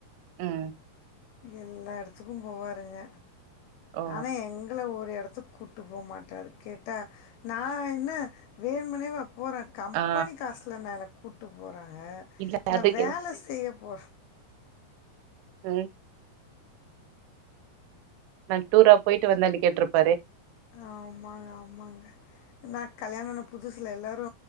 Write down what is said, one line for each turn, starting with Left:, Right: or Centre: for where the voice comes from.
Right: ம்
Left: எல்லா எடத்துக்கு போவாருங்க
Right: ஓ
Left: ஆனா எங்கள ஒரு எடத்துக் கூட்டு போமாட்டாரு கேட்டா நா என்ன வேன்மின்னேவா போறே கம்பெனி
Right: ஆ
Left: காஸ்லனா என்ன கூட்டு போறாங்க
Right: இல்ல
Left: நா
Right: அதுக்கு
Left: வேல
Right: எது-
Left: செய்ய போ
Right: ம் நா டூரா போயிட்டு வந்தேன்னு கேட்ருப்பாரே
Left: ஆமாங்க ஆமாங்க நா கல்யாணோ ஆனா புதுசுல எல்லாரு